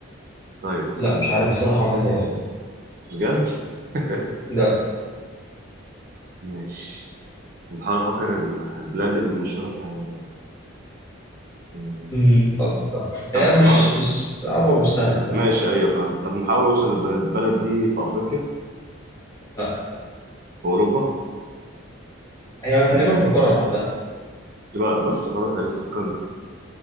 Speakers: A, on the right (about 45°); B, on the left (about 15°).
A: طيب
B: لا مش عارف بصراحة عملتها ايه اصلا
A: بجد؟ <laughs>
B: لا
A: ماشي بحاول أفكر ال- البلاد اللي مشهورة بالحيوانات مم.
B: امم فكر فكر.
A: طب
B: هي مش
A: اه
B: مش صعبة مش سهلة فاهم
A: ماشي أيوه فاهم طب نحاول أوصل للبلد البلد دي في أفريقيا
B: لا
A: في أوروبا
B: هي تقريبا في القارة لوحدها
A: يبقى بس خلاص عرفت الكنغر